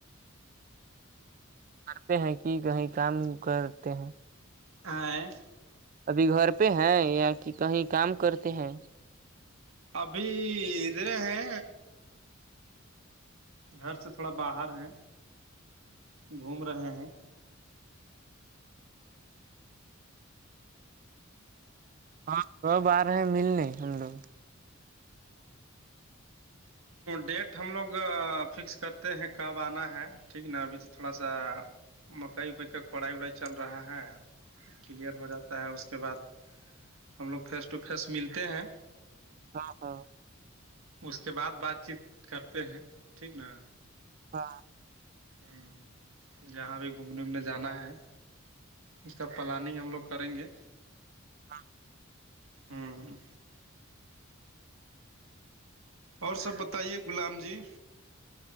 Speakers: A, on the right (about 40°); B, on the right (about 80°).
A: کرتے ہے کہ کہیں کام کرتے ہے
B: ہائے
A: ابھی گھر پہ ہے یا کہ کہیں کام کرتے ہے
B: ابھی ادھر ہے گھر سے تھوڑا باہر ہے گھوم رہے ہے
A: ہاں سب ا رے ملنے ہم لوگ
B: ڈیٹ ہم لوگ فکس کرتے ہیں کب انا ہے ٹھیک نا ابھی تو تھوڑا سا مکئی اکئی کا پڑھائی وڑائی چل رہا ہے کلیئر ہو جاتا ہے اس کے بعد ہم لوگ فیس ٹو فیس ملتے ہے
A: ہاں ہاں
B: اس کے بعد بات چیت کرتے ہے ٹھیک نا
A: ہاں
B: ہم جہاں بھی گھومنے ومنے جانا ہے اس کا پلانگ ہم لوگ کریں گے
A: ہاں
B: ہوں اور سب بتائیے غلام جی